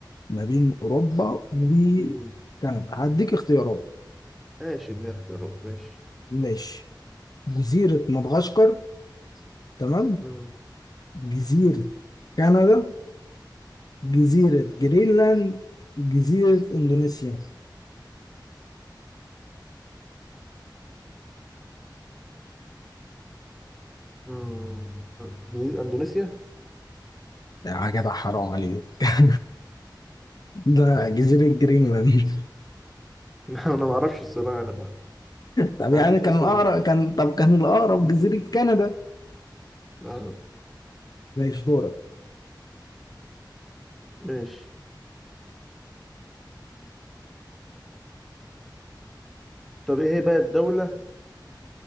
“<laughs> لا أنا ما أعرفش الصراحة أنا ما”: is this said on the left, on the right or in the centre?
Centre